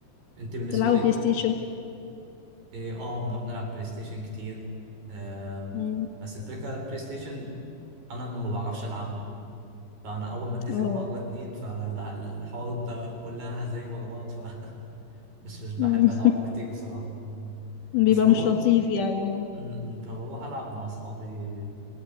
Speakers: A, on the right; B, on the left.
A: انت بالنسبة
B: تلعبوا
A: لك
B: بلاي ستيشن
A: ايه اه بنروح نلعب بلاي ستيشن كتير آم،
B: مم.
A: بس الفكرة البلاي ستيشن انا ما بعرفش العبها فانا اول ما اتهزم
B: اه
A: مره اتنين فالحوار ده كلها هزايم ورا بعض مش مش بحب
B: مم.
A: ألعبه
B: <laughs>
A: كتير بصراحة ف-
B: بيبقى
A: بس بروح
B: مش لطيف يعني الموضوع.
A: م- م، فبروح ألعب مع أصحابي